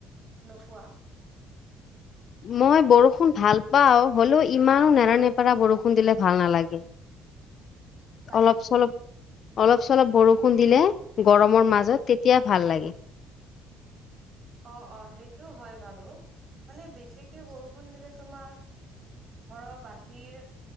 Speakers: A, on the right; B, on the left.
A: নপোৱা?
B: মই বৰষুণ ভাল পাওঁ হ'লেও ইমানো নেৰানেপেৰা বৰষুণ দিলে ভাল নালাগে।
A: তাকেই
B: অলপ চলপ অলপ চলপ বৰষুণ দিলে গৰমৰ মাজত, তেতিয়া ভাল লাগে।
A: অ অ সেইটো হয় বাৰু মানে বেছিকে বৰষুণ দিলে তোমাৰ ঘৰৰ বাহিৰ